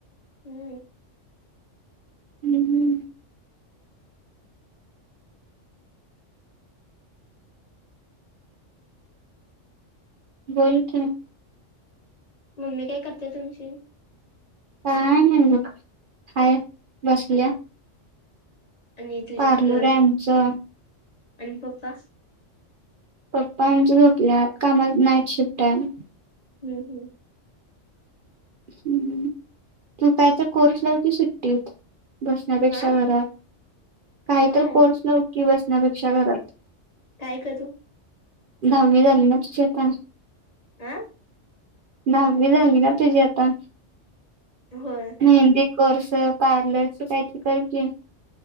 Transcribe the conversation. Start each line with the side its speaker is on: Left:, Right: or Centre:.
Left: हम्म.
Right: हम्म बोल की.
Left: मम्मी काय करत्या तुमची?
Right: काय नाही बग, हाय बसल्या.
Left: आणि तुझी
Right: पार्लर
Left: हे,
Right: आहे आमचं
Left: आणि पप्पा?
Right: पप्पा आमच झोपल्यात, कामा <unintelligible> नाईट शिफ्ट आहे.
Left: हम् हम्.
Right: हम् हम, तू काय तर कोर्स लाव की सुट्टीत, बसण्यापेक्षा
Left: हा
Right: घरात काही
Left: होय
Right: तर कोर्स लाव की बसण्यापेक्षा घरात.
Left: काय करू?
Right: दहावी झाली ना तुझी आता
Left: हा
Right: दहावी झाली ना तुझी आता?
Left: होय.
Right: मेहंदे कोर्स, पार्लरच काही तरी कर की.